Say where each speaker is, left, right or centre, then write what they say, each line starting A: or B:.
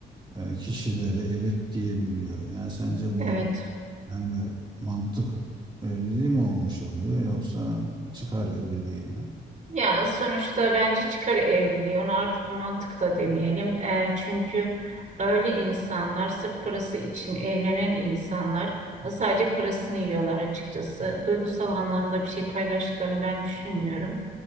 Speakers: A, on the right; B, on the right.
A: eee, kişilere evet diyebiliyor. Yani sence bu
B: evet.
A: yani mantık evliliği mi olmuş oluyor yoksa çıkar evliliği mi?
B: Ya sonuçta bence çıkar evliliği ona artık mantık da demeyelim. Eee, çünkü öyle insanlar sırf parası için evlenen insanlar e, sadece parasını yiyorlar açıkçası. Duygusal anlamda bir şey paylaştıklarını ben düşünmüyorum.